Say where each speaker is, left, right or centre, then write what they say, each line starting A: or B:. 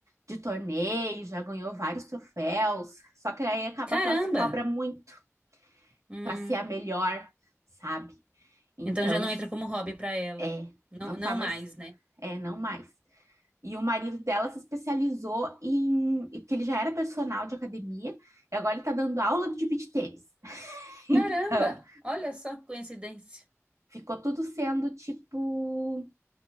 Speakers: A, on the right; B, on the right.
A: de torneios, já ganhou vários troféus, só que aí acaba
B: Caramba!
A: que ela se cobra muito
B: Hum.
A: para ser a melhor, sabe? Então,
B: Então já não
A: isso
B: entra como hobby pra ela.
A: é,
B: Não,
A: não
B: não
A: tá mais,
B: mais, né?
A: é, não mais. E o marido dela se especializou em, que ele já era personal de academia, e agora ele tá dando aula de beach tennis. <laughs> Então,
B: Caramba, olha só que coincidência.
A: ficou tudo sendo tipo